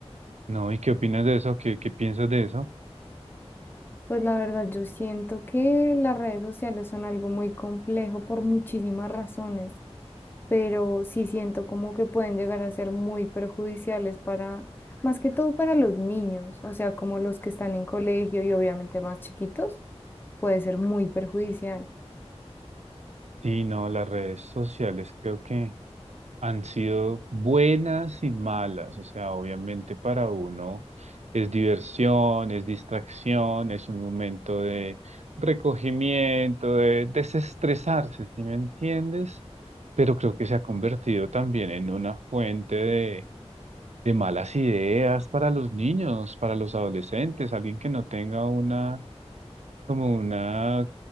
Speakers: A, on the right (about 85°); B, on the left (about 20°).
A: No, ¿y qué opinas de eso? ¿Qué, qué piensas de eso?
B: Pues la verdad, yo siento que las redes sociales son algo muy complejo por muchísimas razones, pero sí siento como que pueden llegar a ser muy perjudiciales para, más que todo para los niños, o sea, como los que están en colegio y obviamente más chiquitos, puede ser muy perjudicial.
A: Sí, no, las redes sociales creo que han sido buenas y malas. O sea, obviamente para uno es diversión, es distracción, es un momento de recogimiento, de desestresarse, ¿sí me entiendes? Pero creo que se ha convertido también en una fuente de de malas ideas para los niños, para los adolescentes, alguien que no tenga una, como una